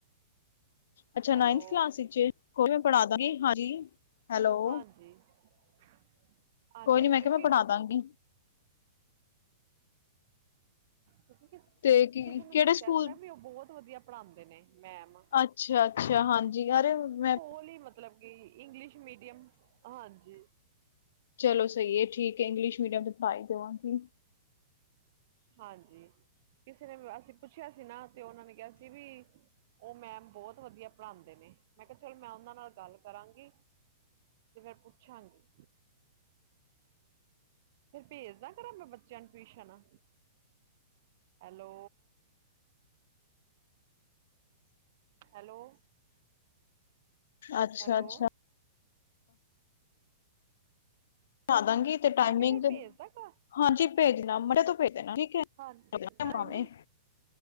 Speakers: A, on the left; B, on the right.
A: ਅੱਛਾ ਨਾਈਨਥ
B: ਹੈਲੋ
A: ਕਲਾਸ ਵਿਚ ਏ ਕੋਈ ਮੈ ਪੜਦਾਂਗੀ ਹਾਂਜੀ। ਹੈਲੋ,
B: ਹਾਂਜੀ - ਹਾਂਜੀ
A: ਕੋਈ ਨੀ ਮੈਂ
B: ਕਿਉਂਕਿ।
A: ਕਿਹਾ ਮੈਂ ਪੜ੍ਹਾ ਦਾਂਗੀ,
B: ਕੁਕਿਕਿ ਕਿਸ
A: ਤੇ ਕੀ
B: ਕਿਸੇ ਨੂੰ
A: ਕਿਹੜੇ
B: ਦੱਸਿਆ
A: ਸਕੂਲ
B: ਸੀ ਨਾ ਵੀ ਉਹ ਬਹੁਤ ਵਧੀਆ ਪੜ੍ਹਾਉਂਦੇ ਨੇ ਮੈਮ।
A: ਅੱਛਾ - ਅੱਛਾ ਹਾਂਜੀ ਅਰੇ ਮੈਂ।
B: ਫੁਲੀ ਮਤਲਬ ਕਿ ਇੰਗਲਿਸ਼ ਮੀਡੀਅਮ ਹਾਂਜੀ।
A: ਚਲੋ ਸਹੀ ਏ ਠੀਕ ਏ ਇੰਗਲਿਸ਼ ਮੀਡੀਅਮ ਤੇ ਪਾਈ ਦਵਾਂਗੀ।
B: ਹਾਂਜੀ। ਕਿਸੇ ਨੇ ਅਸੀਂ ਪੁੱਛਿਆ ਸੀ ਨਾ ਤੇ ਉਹਨਾਂ ਨੇ ਕਿਹਾ ਸੀ ਵੀ ਉਹ ਮੈਮ ਬਹੁਤ ਵਧੀਆ ਪੜ੍ਹਾਉਂਦੇ ਨੇ ਮੈਂ ਕਿਹਾ ਚਲ ਮੈਂ ਉਹਨਾਂ ਨਾਲ ਗੱਲ ਕਰਾਂਗੀ। ਤੇ ਮੈ ਪੁੱਛਾਗੀ। ਫਿਰ ਭੇਜਦਾ ਕਰਾਂ ਮੈਂ ਬੱਚੇਆਂ ਨੂੰ ਟਿਊਸ਼ਨ। ਹੈਲੋ। ਹੈਲੋ।
A: ਅੱਛਾ
B: ਹੈਲੋ
A: - ਅੱਛਾ। ਪਡੵਾਦਾਂਗੀ ਤੇ ਟਾਈਮਿੰਗ
B: ਮੈਂ ਕਿਹਾ ਫਿਰ ਭੇਜਦਾ ਕਰ
A: ਹਾਂਜੀ ਭੇਜਨਾ ਭੇਜ ਦੇਨਾ ਠੀਕ ਏ
B: ਹਾਂ
A: ਮਤਲਬ
B: ਟਾਈਮਿੰਗ
A: ਮਾਵੇ।